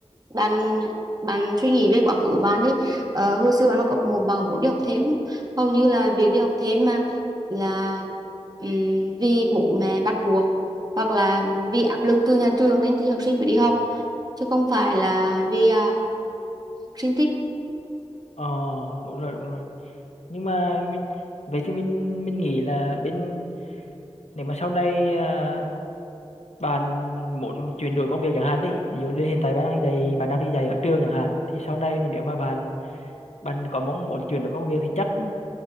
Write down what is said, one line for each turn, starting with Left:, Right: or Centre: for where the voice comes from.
Right: bạn bạn suy nghĩ về quá khứ của bạn đi Ờ, hồi xưa bạn học cấp một bạn muốn đi học thêm không? hầu như là việc đi học thêm mà là ừm, vì bố mẹ bắt buộc hoặc là vì áp lực từ nhà trường nên thì học sinh mới đi học chứ không phải là vì à, học sinh thích
Left: ờ đúng rồi đúng rồi nhưng mà mình, vậy thì mình mình nghĩ là bên nếu mà sau này à, bạn muốn chuyển đổi công việc chẳng hạn đi ví dụ như hiện tại bạn đang đi dạy bạn đang đi dạy ở trường chẳng hạn thì sau này mà nếu mà bạn bạn có mong muốn chuyển đổi công việc thì chắc ừ,